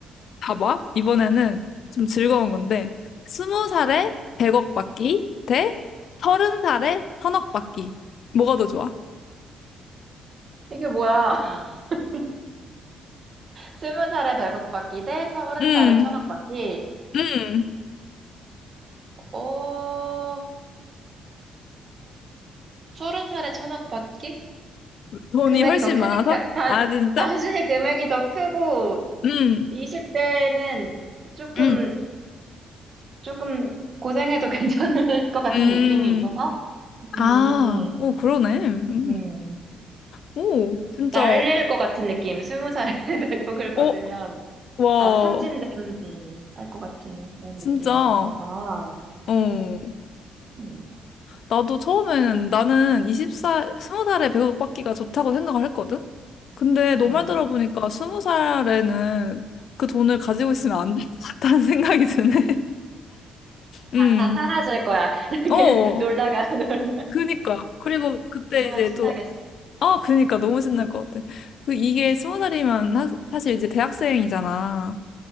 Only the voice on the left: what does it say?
봐봐 이번에는 좀 즐거운 건데 스무 살에 백억 받기 대 서른 살에 천억 받기 뭐가 더 좋아?
음,
음.
돈이
훨씬
많아서?
아 진짜?
음,
음,
음.
아, 오 그러네. 음.
오 진짜
오 와
진짜
어.
나도 처음에는 나는 20살, 20살에 백억 받기가 좋다고 생각을 했거든? 근데
너 말 들어보니까 20살에는 그 돈을 가지고 있으면 안 될 것 같다는 생각이 드네. <laughs> 음,
어,
그니까. 그리고 그때
이제
또, 아, 그니까 너무 신날 것 같아. 그 이게 20살이면 하, 사실 이제 대학생이잖아.